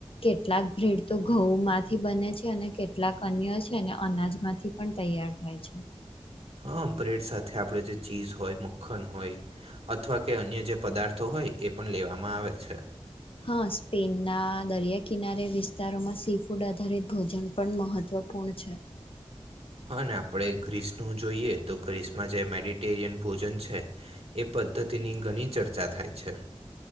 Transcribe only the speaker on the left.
કેટલાક ભીડ તો ઘઉં માંથી બને છે અને કેટલાક અન્ય છે અને અનાજમાંથી પણ તૈયાર થાય છે
હા સ્પેનના દરિયા કિનારે વિસ્તારોમાં સી ફૂડ આધારિત ભોજન પણ મહત્વપૂર્ણ છે